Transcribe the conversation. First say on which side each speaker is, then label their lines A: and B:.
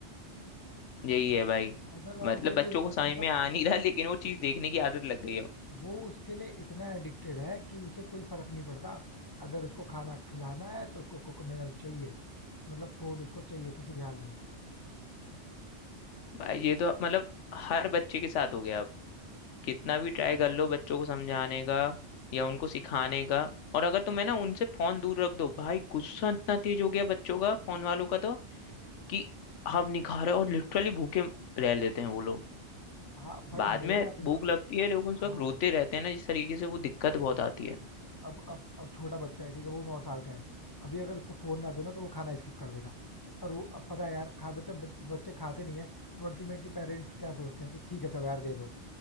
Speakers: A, on the left (about 80°); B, on the left (about 35°).
A: यही है भाई
B: अदरवाइज
A: मतलब
B: भाई
A: बच्चों
B: वो इतना
A: को समझ
B: मतलब
A: में आ नहीं रहा लेकिन वो चीज देखने की आदत लग गई है
B: वो उसके लिए इतना एडिक्टेड है कि उसे कोई फर्क नहीं पड़ता अगर उसको खाना खिलाना है तो उसको कोको मेलन चाहिए मतलब फोन उसको चाहिए किसी भी हाल में
A: भाई ये तो मतलब हर बच्चे के साथ हो गया कितना भी ट्राई कर लो बच्चों को समझाने का या उनको सिखाने का और अगर तुम्हें ना उनसे फोन दूर रख दो भाई गुस्सा इतना तेज हो गया बच्चों का फोन वालों का तो कि हम नहीं खा रहे और लिटरली भूखे रह लेते हैं वो लोग
B: हाँ भाई
A: बाद
B: मेरे
A: में
B: यहाँ भी ना
A: भूख लगती है लेकिन उस
B: हाँ
A: वक्त रोते रहते हैं ना इस तरीके से वो दिक्कत बहुत आती है
B: अब अब अब छोटा बच्चा है ठीक है वो नौ साल का है अभी अगर उसको फोन ना दो ना तो वो खाना स्किप कर देगा और वो अब पता है यार खा बच्चा ब- बच्चे खाते नहीं है तो अल्टीमेटली पेरेंट्स क्या सोचते हैं कि ठीक है चलो यार दे दो